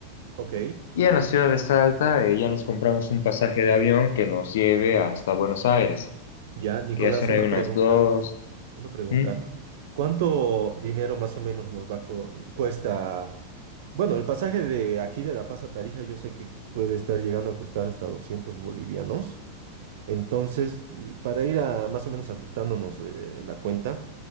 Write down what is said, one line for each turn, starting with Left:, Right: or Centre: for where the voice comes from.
Right: ok.
Left: Y en la ciudad de Salta eh, ya nos compramos un pasaje de avión que nos lleve hasta Buenos Aires,
Right: Ya, Nicolás,
Left: que ya son
Right: una
Left: ahí unas
Right: pregunta,
Left: dos,
Right: una pregunta.
Left: ¿m?
Right: ¿Cuánto dinero más o menos nos va a co- cuesta Bueno, el pasaje de aquí de La Paz a Tarija yo sé que puede estar llegando a costar hasta 200 bolivianos. Entonces, l- para ir a más o menos ajustándonos eh, la cuenta,